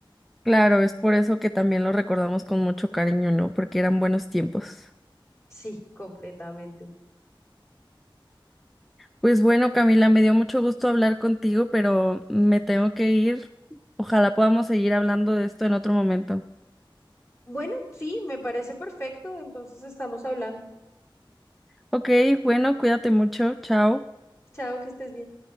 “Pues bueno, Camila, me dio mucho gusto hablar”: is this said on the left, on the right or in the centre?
Centre